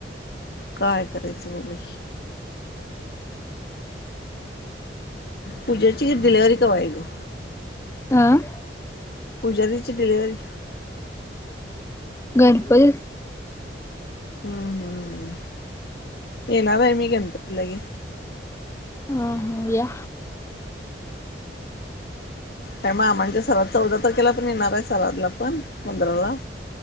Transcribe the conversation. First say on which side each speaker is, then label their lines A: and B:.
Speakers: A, on the left; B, on the left.
A: काय करायचं ब बाई. पूजेची डिलेव्हरी कय ग
B: हम
A: पूजा दिची िलीवररी
B: गणपती
A: हम्म ऐनार आहे गणपती ला ये
B: ह्म्म या
A: आणि मग आमांच्या सराद चौदा तारखेला पण येणार आहे सरादला पण पंधराला